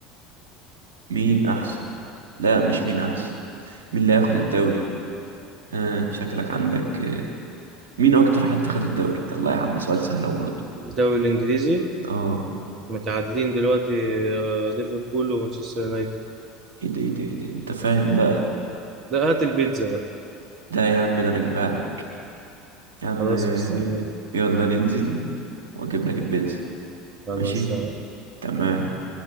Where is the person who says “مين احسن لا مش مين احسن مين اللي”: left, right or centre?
Right